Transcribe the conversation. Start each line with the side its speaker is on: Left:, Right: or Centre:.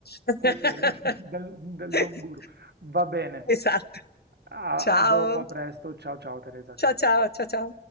Left: <laughs>
Right: Ok, <laughs> del, del don guru, va bene.
Left: Esatto.
Right: A,
Left: Ciao.
Right: a dopo, a presto. Ciao, ciao Teresa, ciao.
Left: Ciao ciao ciao ciao.